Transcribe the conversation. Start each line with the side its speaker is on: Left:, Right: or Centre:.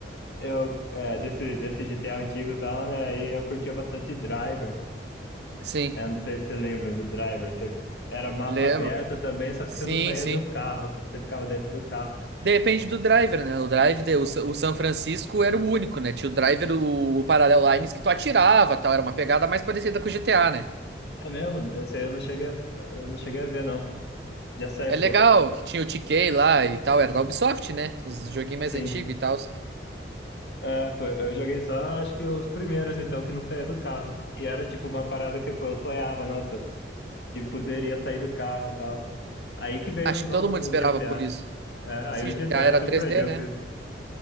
Left: eu, é, desse, desse GTA antigo e tal, né? Aí eu curtia bastante Driver.
Right: Sim,
Left: Eu não sei se você lembra do Driver. Você, era mapa
Right: lembro.
Left: aberto também, só que
Right: Sim,
Left: você não saía
Right: sim.
Left: do carro. Você ficava dentro do carro.
Right: Depende do driver, né? O drive, de- o, Sa- o San Francisco era o único, né? Tinha o driver, o, o Parallel Lines que tu atirava, tal. Era uma pegada mais parecida com o GTA, né?
Left: É mesmo? Esse aí eu não cheguei a, eu não cheguei a ver, não. Já saiu,
Right: É legal
Left: pô.
Right: que tinha o TK lá e tal, era da Ubisoft, né? Os joguinhos mais
Left: Sim.
Right: antigos e tal.
Left: É, pô, eu joguei só, acho que os primeiros, então, que não saía do carro. E era, tipo, uma parada que, pô, eu sonhava, nossa, de poderia sair do carro e tal. Aí que veio
Right: Acho
Left: os
Right: que
Left: novos,
Right: todo mundo
Left: os
Right: esperava
Left: GTA.
Right: por isso.
Left: É,
Right: Sim,
Left: aí o
Right: GTA
Left: GTA
Right: era
Left: surpreendeu
Right: 3D, né?
Left: com isso.